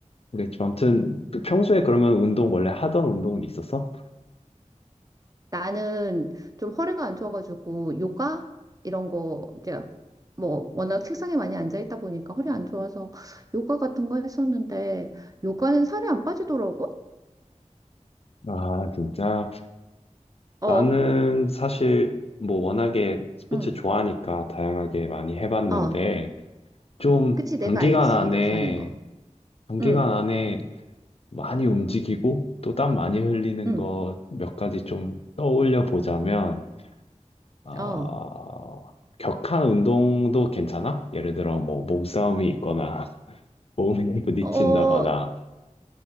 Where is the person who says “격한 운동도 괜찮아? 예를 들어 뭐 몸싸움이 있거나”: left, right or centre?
Left